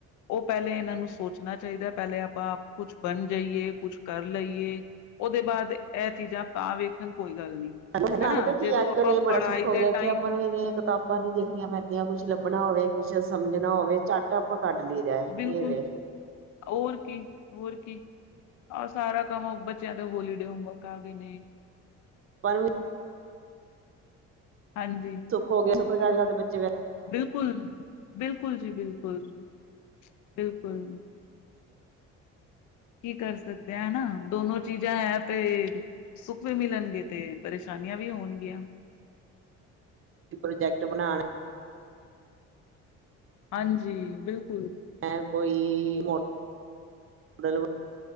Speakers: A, on the left (about 70°); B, on the right (about 45°).
A: ਉਹ ਪਹਿਲੇ ਇਹਨਾਂ ਨੂੰ ਸੋਚਣਾ ਚਾਹੀਦਾ, ਪਹਿਲੇ ਆਪਾਂ ਕੁਛ ਬਣ ਜਾਈਏ, ਕੁਛ ਕਰ ਲਈਏ, ਉਹਦੇ ਬਾਅਦ ਇਹ ਚੀਜ਼ਾਂ ਤਾਂ ਵੇਖਣ ਕੋਈ ਗੱਲ ਨਹੀਂ
B: ਲੱਗਦਾ
A: ਹਨਾ
B: ਕੀ
A: ਜਦੋਂ
B: ਅੱਜ
A: ਆਪਾਂ
B: ਕੱਲ ਇਹ ਬੜਾ
A: ਪੜ੍ਹਾਈ
B: ਸੁੱਖ ਹੋ ਗਿਆ
A: ਦੇ
B: ਕਿ,
A: ਟਾਈਮ
B: ਆਪਾਂ ਨੂੰ ਇਨੀਆਂ ਕਿਤਾਬਾਂ ਨੀ ਦੇਖਣੀਆਂ ਪੈਂਦੀਆਂ ਕੁਛ ਲੱਭਣਾ ਹੋਵੇ ਕੁਛ ਸਮਝਣਾ ਹੋਵੇ ਚੱਟ ਆਪ ਕੱਢ ਲਈਦਾ
A: ਬਿਲਕੁਲ
B: ਇਹ ਵ
A: ਹੋਰ ਕੀ, ਹੋਰ ਕੀ। ਆਹ ਸਾਰਾ ਕੰਮ ਬੱਚਾ ਹੋਲੀ। ਹੋਮਵਕ ਆਗੇ ਨੇ
B: ਆਪਾਂ ਨੂੰ ਵੀ
A: ਹਾਂਜੀ
B: ਚੁੱਪ ਹੋਗਿਆ ੀਆਂ ਦੇ ਵਿੱਚ
A: ਬਿਲਕੁਲ ਬਿਲਕੁਲ ਜੀ ਬਿਲਕੁਲ <unintelligible> ਬਿਲਕੁਲ ਕੀ ਕਰ ਸਕਦੇ ਆ ਹਨਾ ਦੋਨੋ ਚੀਜ਼ਾਂ ਹੈ ਤੇ ਸੁੱਖ ਵੀ ਮਿਲਣਗੇ ਤੇ ਪਰੇਸ਼ਾਨੀਆਂ ਵੀ ਹੋਣਗੀਆਂ।
B: ਪ੍ਰੋਜੈਕਟ ਬਣਾਣਾ
A: ਹਾਂਜੀ ਬਿਲਕੁਲ
B: ਹੈ ਕੋਈ ਨਡਲ